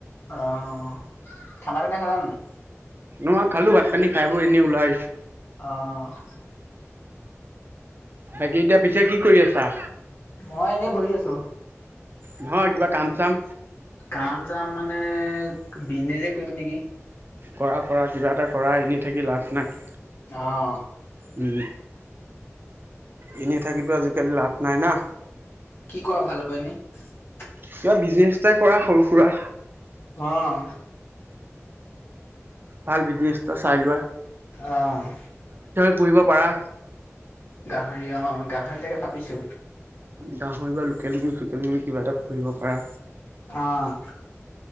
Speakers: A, on the left; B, on the right.
A: অ', খানা পিনা খালা নাই?
B: ন মই খালোঁ ভাত-পানী। খাই বৈ এনেই ওলাই আহিছোঁ।
A: অ'।
B: বাকী এতিয়া পিছে কি কৰি আছা?
A: মই এনেই বহি আছো
B: নহয় কিবা কাম-চাম!
A: কাম চাম মানে বিজনেজেই কৰিম নেকি!
B: কৰা কৰা, কিবা এটা কৰা। এনেই থাকি লাভ নাই।
A: অ'।
B: উম, এনেই থাকিতো আজিকালি লাভ নাই না।
A: কি কৰা ভাল হ'ব এনেই?
B: কিবা বিজনেজ এটা কৰা সৰু সুৰা।
A: অ',
B: ভাল বিজনেছটা চাই লোৱা।
A: অহ।
B: ফুৰিব পাৰা।
A: গাহৰি অ', গাহৰি তাকে ভাবিছোঁ।
B: গাহৰি বা লোকেল মুৰ্গী, চোকেল মুৰ্গী কিবা এটা পুহিব পাৰা।
A: অ'।